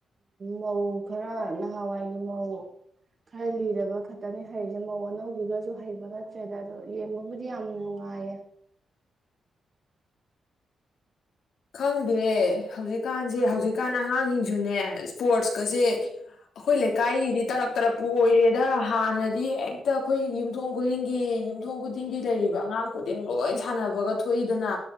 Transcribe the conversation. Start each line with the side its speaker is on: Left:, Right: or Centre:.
Right: ꯃꯧ ꯈꯔ ꯅꯍꯥꯟꯋꯥꯏꯒꯤ ꯃꯧ ꯈꯔ ꯂꯤꯔꯕ ꯈꯛꯇꯅꯤ ꯍꯩꯔꯤꯁꯦ ꯃꯧ ꯑꯅꯧꯕꯤꯒꯁꯨ ꯍꯩꯕ ꯅꯠꯇ꯭ꯔꯦꯗ ꯑꯗꯣ ꯌꯦꯡꯕꯕꯨꯗꯤ ꯌꯥꯝ ꯅꯨꯡꯉꯥꯏꯌꯦ
Left: ꯈꯪꯗꯦ ꯍꯧꯖꯤꯛꯀꯥꯟꯁꯦ ꯍꯧꯖꯤꯛꯀꯥꯟ ꯑꯉꯥꯡꯁꯤꯡꯁꯨꯅꯦ ꯏꯁꯄꯣꯔꯠꯁꯀꯁꯦ ꯑꯩꯈꯣꯏ ꯂꯩꯀꯥꯏꯒꯤꯗꯤ ꯇꯔꯛ ꯇꯔꯛꯄꯨ ꯑꯣꯏꯔꯦꯗ ꯍꯥꯟꯅꯗꯤ ꯍꯦꯛꯇ ꯑꯩꯈꯣꯏ ꯌꯨꯝꯊꯣꯡ ꯈꯨꯗꯤꯡꯒꯤ ꯌꯨꯝꯊꯣꯡ ꯈꯨꯗꯤꯡꯒꯤ ꯂꯩꯔꯤꯕ ꯑꯉꯥꯡ ꯈꯨꯗꯤꯡ ꯂꯣꯏ ꯁꯥꯟꯅꯕꯒ ꯊꯣꯛꯏꯗꯅ